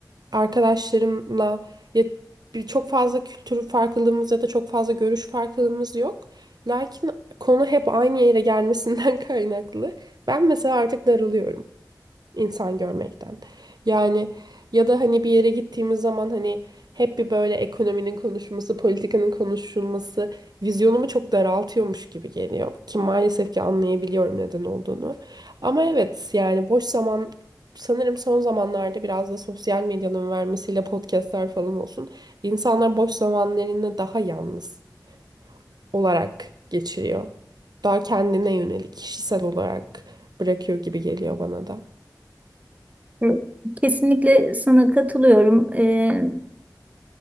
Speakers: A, on the right; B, on the right.
A: arkadaşlarımla ya bir çok fazla kültür farklılığımız ya da çok fazla görüş farklılığımız yok. Lakin konu hep aynı yere gelmesinden <laughs> kaynaklı. Ben mesela artık daralıyorum insan görmekten. Yani ya da hani bir yere gittiğimiz zaman hani hep bir böyle ekonominin konuşulması, politikanın konuşulması vizyonumu çok daraltıyormuş gibi geliyor. Ki maalesef ki anlayabiliyorum neden olduğunu. Ama evet yani boş zaman sanırım son zamanlarda biraz da sosyal medyanın vermesiyle podcastler falan olsun. İnsanlar boş zamanlarını daha yalnız olarak geçiriyor. Daha kendine yönelik, kişisel olarak bırakıyor gibi geliyor bana da.
B: Evet. Kesinlikle sana katılıyorum. E,